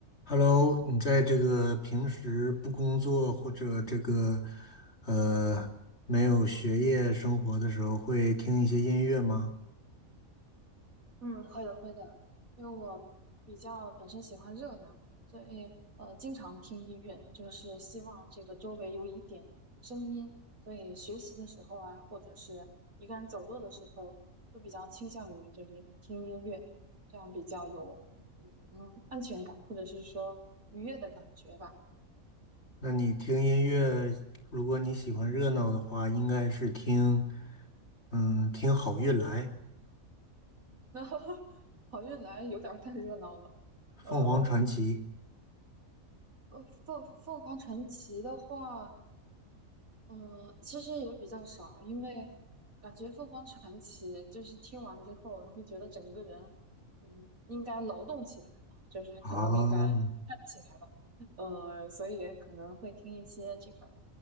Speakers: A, on the left; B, on the right.
A: Hello，你在这个平时不工作或者这个呃没有学业生活的时候，会听一些音乐吗？
B: 嗯，会的，会的，因为我比较本身喜欢热闹，所以呃，经常听音乐，就是希望这个周围有一点声音，所以学习的时候啊，或者是一个人走路的时候，都比较倾向于就是听音乐，这样比较有嗯嗯安全感，或者是说愉悦的感觉吧。
A: 那你听音乐，如果你喜欢热闹的话，应该是听嗯听好运来、
B: <laughs> 然后好运来有点儿太热闹了，呃，
A: 凤凰传奇
B: 呃凤凤凰传奇的话。呃，其实也比较少，因为感觉凤凰传奇就是听完之后，你会觉得整个人，嗯，应该劳动起来了，就是可能应该站起来了，
A: 啊，
B: 呃，所以可能会听一些这个，